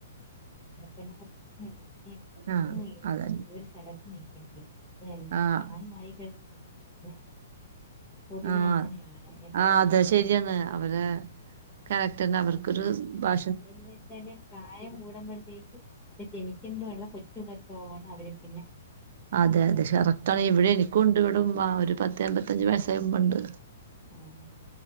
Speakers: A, on the left; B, on the right.
A: ഇവിടെ തന്നെ കൊറച്ച് <inaudible> എവടാണെങ്കിലും
B: ആഹ് അതന്നെ
A: ഒരു സ്ഥലത്ത് നി ക്കത്തില്ല അതെ ഈ
B: ആഹ്
A: പ്രായമായി കഴിഞ്ഞ ഇവരൊന്നും പറഞ്ഞാ കേക്കൂലല്ലോ പൊതുവിൽ
B: ആഹ്
A: അങ്ങനെയാണ് എൽ
B: ആഹ് അതെ ശരിയാണ് അവരെ കാരക്ടറിന് അവർക്കൊരു ഭാ
A: എന്ന് വെച്ചാല് പ്രായം കൂടുമ്പഴത്തേക്ക് പിന്നെ ജനിക്കുമ്പോ ഉള്ള കൊച്ച് <unintelligible> അവര് പിന്നെ കാണിക്കുന്നത്
B: അതെ അതെ ഷറക്ടണ് ഇവിടെ എനിക്കും ഇണ്ട് ഇവിടെ ഉമ്മ ഒരു പത്തമ്പത്തഞ്ചു വയസ്സായ ഉമ്മയുണ്ട്
A: ആഹ്